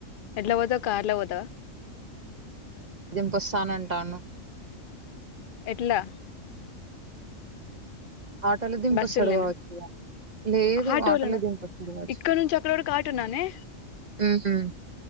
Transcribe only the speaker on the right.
దింపొస్తానంటాను
ఆటోలో దింపొస్తాడు
కావచ్చు ఇక లేదు
ఆటోలు దింప వొస్తాడు కావచ్చు
ఉమ్ ఉమ్